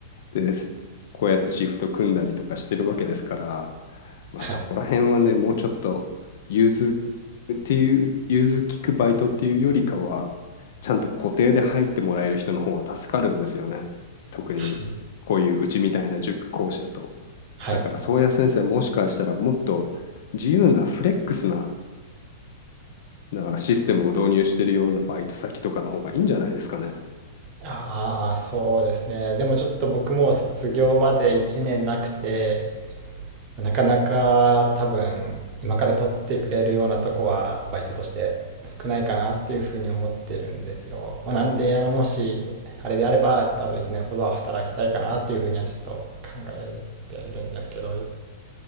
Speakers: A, on the left; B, on the right.
A: で、すこうやってシフト組んだりとかしてるわけですから、まあ、
B: はい。
A: そこら辺はね、もうちょっと融通っていう、融通聞くバイトっていうよりかは、ちゃんと固定で入ってもらえる人の方が助かるんですよね。特にこういううちみたいな塾講師だと。
B: はい。はい
A: だから、宗谷先生、もしかしたらもっと自由なフレックスななシステムを導入してるようなバイト先とかの方がいいんじゃないですかね。
B: ああ、そうですね。でもちょっと僕も卒業まで1年なくて、なかなか多分今から取ってくれるようなとこはバイトとして少ないかなっていうふうに思ってるんですよ。まあ、なんで、あの、もしあれであれば、ちょっとあと1年ほどは働きたいかなっていうふうにはちょっと考えているんですけど。